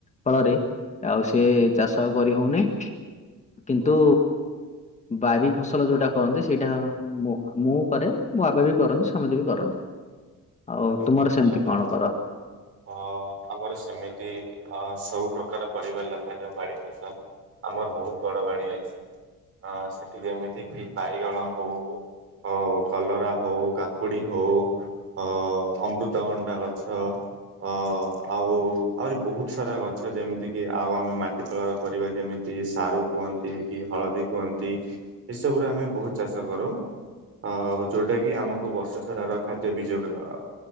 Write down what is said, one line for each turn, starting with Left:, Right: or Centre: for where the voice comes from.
Left: ଫଳରେ ଆଉ ସେ ଚାଷ କରି ହଉନି। କିନ୍ତୁ ବାରି ଫସଲ ଯୋଉଟା କରନ୍ତି ସେଇଟା ମୁଁ ମୁଁ କରେ, ମୋ ବାବା ବି କରନ୍ତି, ସମତେ ବି କରନ୍ତି। ଆଉ
Right: ବହୁତ
Left: ତୁମର
Right: ଭଲ
Left: ସେମିତି
Right: କଥା।
Left: କଣ କର?
Right: ଅ ଆମର ସେମିତି ଅ ସବୁ ପ୍ରକାର ପରିବା ଲଗାଯାଉ ବାଡି ଫସଲ, ଆମର ବହୁତ ବଡ ବାଡି ଅଛି। ଅ ସେଠି ଯେମିତି କିି ବାଇଗଣ ହଉ ହ କଲରା ହଉ, କାକୁଡି ହଉ ଅ ଅମୃତଭଣ୍ଡା ଗଛ ଅ ଆଉ ଆହୁରି ବହୁତ ସାରା ଗଛ ଯେମିତି କିି ଆଉ ଆମେ ମାଟି ତଳ ପରିବା ଯେମିତି କି ସାରୁ କୁହନ୍ତି କି ହଳଦୀ କୁହନ୍ତି ଏସବୁରେ ଆମେ ବହୁତ ଚାଷ କରୁ। ଅ ଯୋଉଟା କିି ଆମକୁ ବର୍ଷସାରାର ଖାଦ୍ୟ ବି ଯୋଗ ଆ